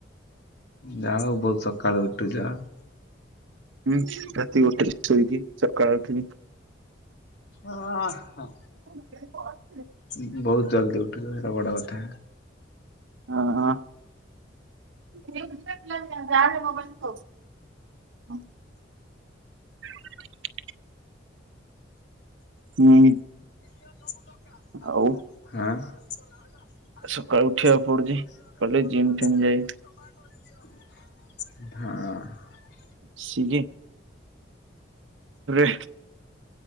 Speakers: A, on the left (about 60°); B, on the right (about 90°).
A: ଯାହା ହଉ ବହୁତ ସକାଳୁ ଉଠୁଛ।
B: ହୁଁ ରାତି ଗୋଟ ଶୋଇକି ସକାଳୁ ପୁଣି।
A: ଅ ହ।
B: <unintelligible>
A: ଉଁ ବୋହୁତ ଜଲ୍ଦୀ ଉଠୁଚ ସେଟା ବଡ଼ କଥା।
B: ହଁ ହଁ। <unintelligible> ହୁଁ।
A: ହଁ। ଆମ
B: ଆଉ
A: ଯାହା କରିଚୁ ଭୁଲ୍
B: ସକାଳୁ
A: କରିଚୁ
B: ଉଠିବାକୁ ପଡୁଛି
A: ଆମେ ଭୁଲ୍
B: କଲେ ଜିମ୍ ଫିମ୍
A: ମାଗୁଚୁ
B: ଯାଇ
A: ଆମୁକୁ କ୍ଷମା କରି ହଁ।
B: ସିଜେ ରେ